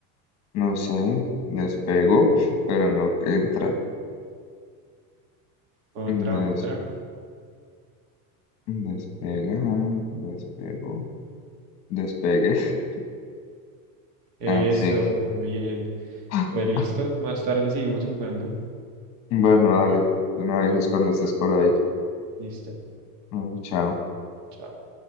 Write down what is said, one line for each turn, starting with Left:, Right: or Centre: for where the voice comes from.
Left: No sé, despego, <laughs> pero no entra.
Right: Otra,
Left: Des,
Right: otra.
Left: despega, despego, despegue. <laughs>
Right: Eso,
Left: Ah, sí.
Right: muy bien.
Left: <gasps>
Right: Pues listo, más tarde seguimos jugando.
Left: Bueno, dale. Tú me avisas
Right: Dale,
Left: cuando estés por ahí.
Right: listo.
Left: Mm, Chao.
Right: chao